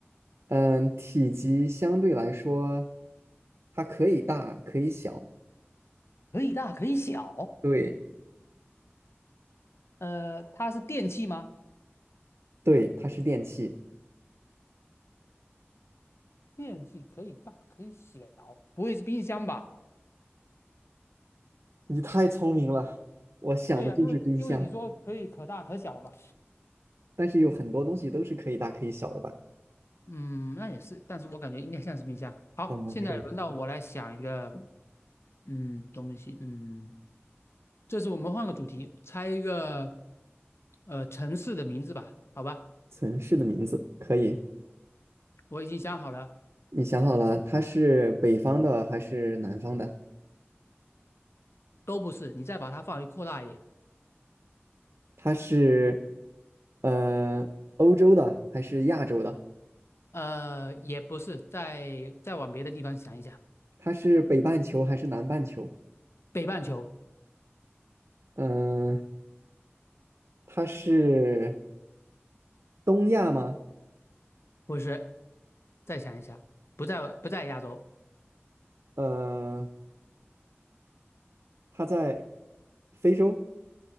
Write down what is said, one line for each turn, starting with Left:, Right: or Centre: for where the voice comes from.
Right: 嗯、体积相对来说，它可以大，可以小，
Left: 可以大可以小。
Right: 对，
Left: 呃，它是电器吗？
Right: 对，它是电器。
Left: 电器可以大可以小，不会是冰箱吧？
Right: 你太聪明了，我想的就是冰箱。
Left: 对呀、因为因为你说可以可大可小嘛。
Right: 但是有很多东西都是可以大可以小的吧？
Left: 嗯，那也是，但是我感觉应该像是冰箱。好，
Right: 嗯，
Left: 现在轮到嗯我来想一个，
Right: 可以。
Left: 嗯，东西，嗯，这次我们换个主题，猜一个，呃，城市的名字吧，好吧？
Right: 城市的名字可以，
Left: 我已经想好了，
Right: 你想好了，它是北方的还是南方的？
Left: 都不是，你再把它范围扩大一点，
Right: 它是呃欧洲的还是亚洲的？
Left: 呃，也不是，再再往别的地方想一想，
Right: 它是北半球还是南半球？
Left: 北半球。
Right: 嗯、它是东亚吗？
Left: 不是，再想一想，不在不在亚洲，
Right: 呃，它在非洲，